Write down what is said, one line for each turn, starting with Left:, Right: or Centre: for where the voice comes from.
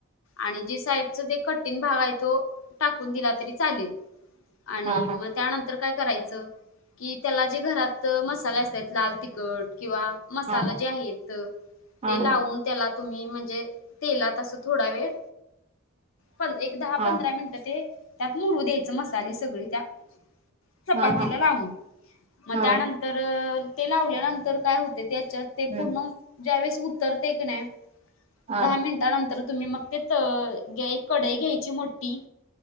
Left: आणि जे साईडचा ते कठीण भाग आहे तो टाकून दिला तरी चालेल आणि
Right: हा हा
Left: मग त्यानंतर काय करायचं? कि त्याला जे घरात मसाले असतात लाल तिखट किंवा मसाला
Right: हा हा हा हा
Left: जे आहेत ते
Right: हा हा हा हा
Left: लावून त्याला तुम्ही म्हणजे म्हणजे तेलात असं थोडावेळ पण एक दहा
Right: हा
Left: पंधरा मिनिटं ते त्यात मुरू द्यायच मसाले सगळे त्या चपातीला
Right: हा हा
Left: लावून मग
Right: हा
Left: त्यानंतर तर ते लावल्यानंतर काय होते याच्यात ते
Right: हम्म
Left: पूर्ण ज्यावेेळेस उतरते कनाही
Right: हा
Left: दहा मिनटा नंतर तुम्ही मग ते एक कढई घ्यायची मोठी